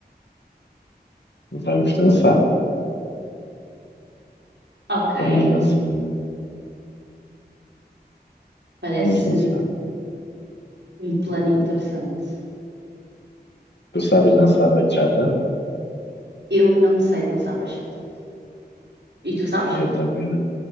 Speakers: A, on the left; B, on the right.
A: vamos dançar.
B: Ok.
A: Vamos dançar, na-
B: Parece.
A: vamos dançar.
B: um plano interessante.
A: Tu sabes dançar bachata?
B: Eu não sei dançar bachata. E tu sabes?
A: Eu também não.